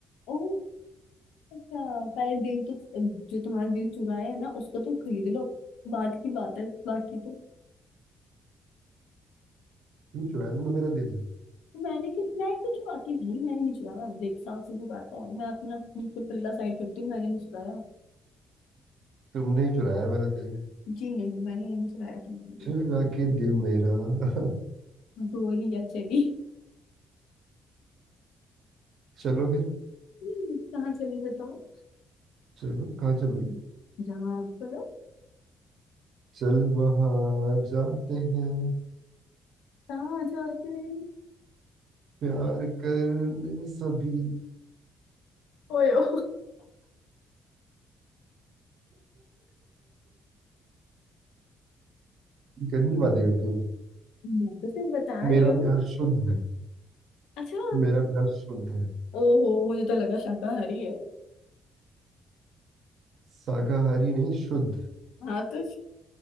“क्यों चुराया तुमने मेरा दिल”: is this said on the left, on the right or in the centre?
Right